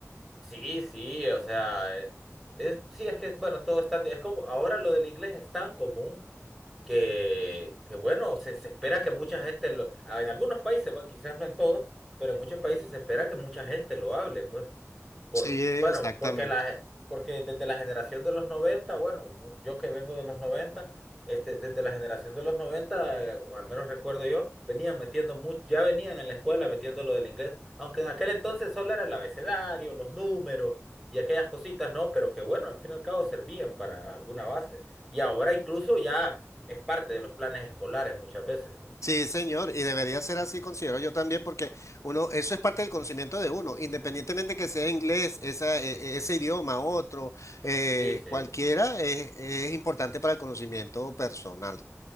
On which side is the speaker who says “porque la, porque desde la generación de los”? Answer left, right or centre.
Centre